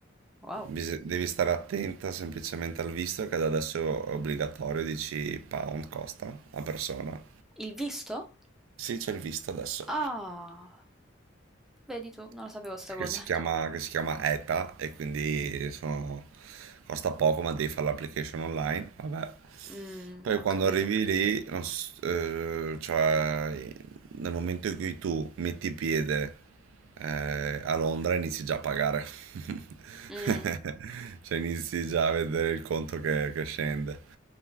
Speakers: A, in the centre; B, on the right.
A: wow.
B: Bis- Devi stare attenta semplicemente al visto che da adesso è obbligatorio, 10 pound costa a persona.
A: Il visto?
B: Sì, c'è il visto adesso,
A: Ah, vedi tu, non lo sapevo sta cosa.
B: che si chiama, che si chiama ETA e quindi sono- costa poco ma devi fare l'application online, vabbè.
A: Mm,
B: Poi
A: ho
B: quando
A: capito.
B: arrivi lì, non s- eh, cioè nel momento in cui tu metti piede eh, a Londra inizi già a pagare, <laughs>
A: Mm,
B: cioè inizi già a vedere il conto che che scende.